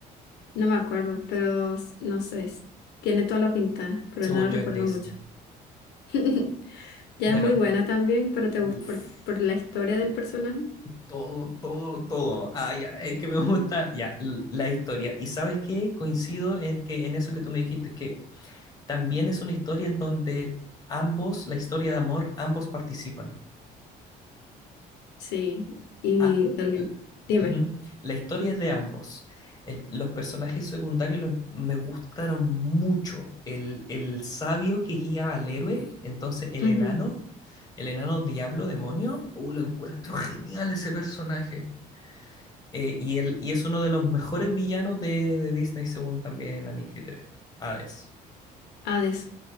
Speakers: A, on the left (about 80°); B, on the left (about 20°).
A: No me acuerdo, pero s- no sé, s- tiene toda la pinta, pero
B: Según
A: no la recuerdo
B: yo es Disney.
A: mucho. <laughs> Ya
B: Bueno,
A: es muy buena también, pero te
B: uff,
A: gusta por, por la historia del personaje.
B: todo, todo, todo. Ah, ya, es que me <laughs> gusta, ya, l- la historia. ¿Y sabes qué? Coincido en que en eso que tú me dijiste, que También es una historia en donde ambos, la historia de amor, ambos participan.
A: Sí, y
B: Ah,
A: el,
B: l-
A: dime,
B: ujú. La historia es de ambos. El- los personajes secundarios lo- me gustaron mucho. El, el sabio que guía al héroe, entonces el
A: ujú,
B: enano, el enano diablo, demonio, oh, lo encuentro genial ese personaje. Eh, y, el, y es uno de los mejores villanos de, de Disney, según también a mi criterio. Hades.
A: Hades,